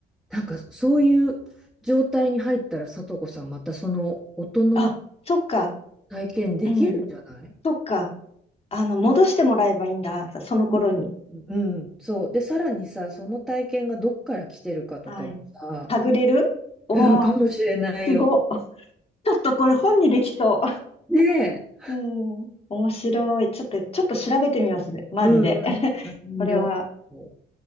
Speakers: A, in the centre; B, on the left.
A: なんかそういう状態に入ったら、さとこさん、またその音の
B: あ、そっか。
A: 体験できるんじゃない
B: うん。そっか。あの、戻してもらえばいいんだ。その頃に。
A: うん、うんそう。で、さらにさ、その体験がどっから来てるかとかもさ、
B: はい。探れるおおー、
A: <laughs> かもしれないよ。
B: すご。ちょっとこれ本にできそ
A: ねえ。
B: う。うん。面白い。ちょっと、ちょっと調べてみますね。マジで。
A: うん
B: <laughs>
A: うん。
B: これは。
A: 両方。